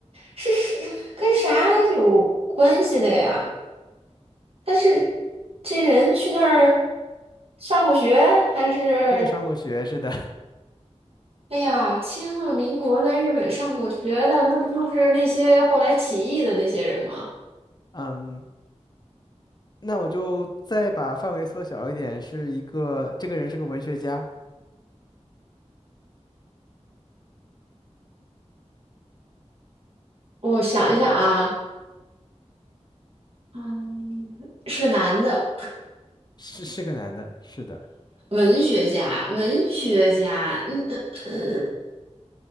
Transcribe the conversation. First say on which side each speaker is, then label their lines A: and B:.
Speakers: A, on the right; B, on the left.
A: 是是跟啥有关系的呀？但是这人去那儿上过学，还是
B: 真的上过学似的。<laughs>
A: 哎呀，清末民国在日本上过学的，那不就是那些后来起义的那些人吗？
B: 嗯，那我就再把范围缩小一点，是一个，这个人是个文学家，
A: 我想一想啊，嗯，是个男的，
B: 是是个男的，是的，
A: 文学家，文学家，嗯嗯嗯